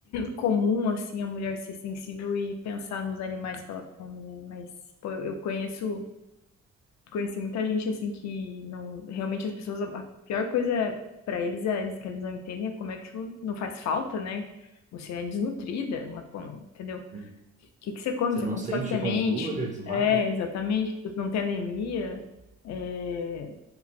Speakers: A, on the left; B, on the right.
A: comum, assim, a mulher ser sensível e pensar nos animais que ela come, né? Mas, pô, eu eu conheço conheci muita gente assim que não. Realmente as pessoas. A pior coisa para eles é eles que eles não entendem é como é que não faz falta, né? Você é desnutrida, mas como, entendeu? O
B: Hum.
A: que que você come?
B: Você
A: Você
B: não
A: come
B: sente
A: só semente?
B: tontura, desmaio?
A: É, exatamente. Tu não tem anemia. É,